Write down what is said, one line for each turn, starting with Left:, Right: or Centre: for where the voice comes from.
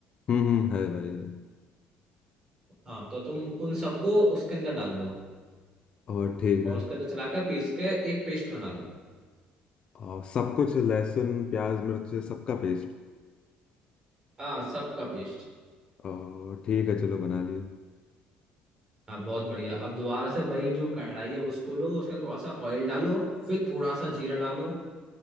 Left: हम्म हम्म है भाई है
Right: हाँ तो तुम उन सबको उसके अंदर डाल दो
Left: और ठीक
Right: और
Left: है
Right: उसके अंदर चला के पीस के एक पेस्ट बना लो
Left: और सब कुछ लहसुन प्याज मिर्च सबका पेस्ट
Right: हाँ सबका पेस्ट
Left: और ठीक है चलो बना लिए
Right: हाँ बहुत बढ़िया अब दोबारा से वही जो कढ़ाई है उसको लो उसके अंदर थोड़ा सा ऑयल डालो फिर थोड़ा सा जीरा डालो